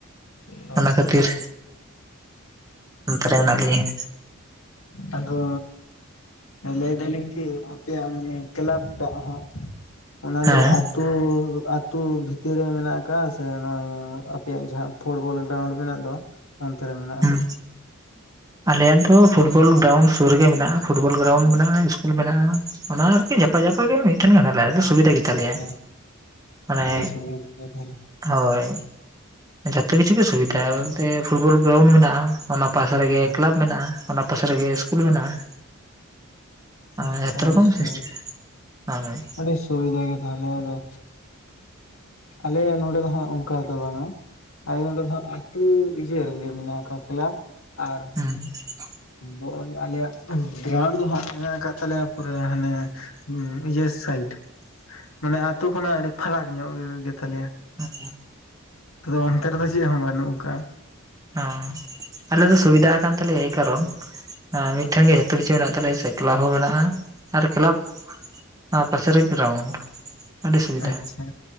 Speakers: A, on the left (about 75°); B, on the right (about 15°).
A: ᱦᱳᱭ
B: ᱚᱱᱟ
A: ᱦᱳᱭ
B: ᱠᱷᱟᱹᱛᱤᱨ ᱱᱚᱱᱛᱮ ᱨᱮ ᱢᱮᱱᱟᱜ ᱞᱤᱧᱟᱹ᱾
A: ᱟᱫᱚ ᱞᱟᱹᱭ ᱫᱟᱞᱤᱧ ᱠᱤ ᱱᱚᱛᱮ ᱟᱯᱮᱭᱟᱜ ᱢᱟᱱᱮ ᱠᱞᱟᱵᱽ ᱴᱟᱜ ᱦᱟᱸᱜ, ᱚᱱᱟ
B: ᱦᱮᱸ
A: ᱫᱚ ᱟ ᱛᱩ ᱟᱹᱛᱩ ᱵᱷᱤᱛᱤᱨ ᱨᱮ ᱢᱮᱱᱟᱜ ᱟᱠᱟᱫᱼᱟ ᱥᱮ ᱱᱚᱜᱚᱭ ᱟᱯᱮᱭᱟᱜ ᱡᱟᱦᱟᱸ ᱯᱷᱩᱴᱵᱚᱞ ᱜᱨᱟᱣᱩᱱᱰ ᱢᱮᱱᱟᱹᱜ ᱫᱚ, ᱚᱱᱛᱮ ᱨᱮ ᱢᱮᱱᱟᱜᱼᱟ᱾
B: ᱦᱩᱸ᱾ ᱟᱞᱮᱭᱟᱜ ᱫᱚ ᱯᱷᱩᱴᱵᱚᱞ ᱜᱨᱟᱣᱩᱱᱰ ᱥᱩᱨ ᱨᱮᱜᱮ ᱢᱮᱱᱟᱜᱼᱟ, ᱯᱷᱩᱴᱵᱚᱞ ᱜᱟᱨᱟᱣᱩᱱᱰ ᱢᱮᱱᱟᱜᱼᱟ, ᱤᱥᱠᱩᱞ ᱢᱮᱱᱟᱜᱼᱟ᱾ ᱚᱱᱟ ᱟᱨᱠᱤ ᱡᱟᱯᱟᱜᱼᱡᱟᱯᱟᱜ ᱜᱮ ᱢᱤᱫᱴᱮᱱᱮ ᱠᱟᱱᱟ ᱞᱮᱼᱟ ᱟᱨ ᱥᱩ ᱥᱩᱵᱤᱫᱷᱟ ᱜᱮᱛᱟᱹᱞᱮ
A: ᱟᱪᱪᱷᱟ
B: ᱭᱟ ᱢᱟᱱᱮ
A: ᱟᱹᱰᱤ ᱥᱟᱺᱜᱤᱧ ᱨᱮᱜᱮ ᱛᱟᱦᱚᱞᱮ
B: ᱦᱳᱭ ᱡᱚᱛᱚ ᱠᱤᱪᱷᱩᱜ ᱜᱮ ᱥᱩᱵᱤᱫᱷᱟ ᱵᱚᱞᱛᱮ ᱯᱷᱩᱴᱵᱚᱞ ᱜᱨᱟᱣᱩᱱᱰ ᱢᱮᱱᱟᱜᱼᱟ᱾ ᱚᱱᱟ ᱯᱟᱥᱮ ᱨᱮᱜᱮ
A: ᱦᱮᱸ
B: ᱠᱞᱟᱵᱽ ᱢᱮᱱᱟᱜ ᱼᱟ, ᱚᱱᱟ ᱯᱟᱥᱮ ᱨᱮᱜᱮ ᱤᱥᱠᱩᱞ ᱢᱮᱱᱟᱜᱼᱟ᱾ ᱟᱨ
A: ᱟᱪᱪᱷᱟ
B: ᱡᱚᱛᱚ
A: ᱟᱹᱰᱤ
B: ᱨᱚᱠᱚᱢ
A: ᱥᱩᱨ
B: ᱥᱤᱥᱴᱮᱢ ᱦᱳᱭ
A: ᱟᱹᱰᱤ ᱥᱩᱵᱤᱫᱟ ᱜᱮ ᱛᱟᱦᱮᱞᱮ ᱟᱫᱚ ᱟᱞᱮ ᱱᱚᱰᱮ ᱫᱚ ᱦᱟᱸᱼᱟᱜ ᱚᱱᱠᱟ ᱫᱚ ᱵᱟᱝᱼᱟ ᱟᱞᱮ ᱱᱚᱸᱰᱮ ᱫᱚ ᱦᱟᱜ ᱟᱹᱛᱩ ᱵᱤᱪᱭᱟᱹ ᱨᱮᱱᱜᱮ ᱢᱮᱱᱟᱜ ᱟᱠᱟᱜ ᱠᱮᱞᱟᱯ᱾ ᱟᱨ
B: ᱦᱮᱸ ᱾
A: ᱵᱚᱞ ᱟᱞᱮᱭᱟᱜ ᱜᱨᱟᱣᱩᱱᱰ ᱫᱚᱦᱟᱜ ᱢᱮᱱᱟᱜ ᱠᱟᱜ ᱛᱟᱞᱮᱭᱟ ᱯᱩᱨᱟᱹ ᱦᱟᱱᱮ ᱵᱤᱡᱭᱟᱹ ᱥᱟᱭᱤᱴᱷ ᱢᱟᱱᱮ ᱟᱛᱳ ᱠᱷᱚᱱᱟᱜ ᱟᱹᱰᱤ ᱯᱷᱟᱨᱟᱠ ᱧᱚᱜ ᱜᱮ ᱛᱟᱞᱮᱭᱟ᱾
B: ᱩᱢ᱾
A: ᱟᱫᱚ ᱚᱱᱛᱮ ᱨᱮᱫᱚ ᱪᱮᱫ ᱦᱚᱸ ᱵᱟᱹᱱᱩᱜ ᱟᱠᱟᱫᱼᱟ᱾
B: ᱦᱩᱸᱢ ᱟᱞᱮ ᱫᱚ ᱥᱩᱵᱤᱫᱷᱟ ᱠᱟᱱᱟᱱ ᱛᱟᱞᱮᱭᱟ ᱮᱭ ᱠᱟᱨᱚᱱ, ᱢᱤᱫᱴᱷᱮᱱ ᱜᱮ ᱡᱷᱚᱛᱚ ᱠᱤᱪᱷᱩ ᱢᱮᱱᱟᱜ ᱛᱟᱞᱮᱭᱟ ᱥᱮ ᱠᱞᱟᱵᱽ ᱦᱚᱸ ᱢᱮᱱᱟᱜᱼᱟ ᱟᱨ ᱠᱞᱟᱵᱽ ᱚᱱᱟ ᱯᱟᱥᱮ ᱨᱮᱜᱮ ᱜᱨᱟᱣᱩᱱᱰ᱾ ᱟᱹᱰᱤ ᱥᱩᱵᱤᱫᱷᱟ
A: ᱟᱪᱪᱷᱟ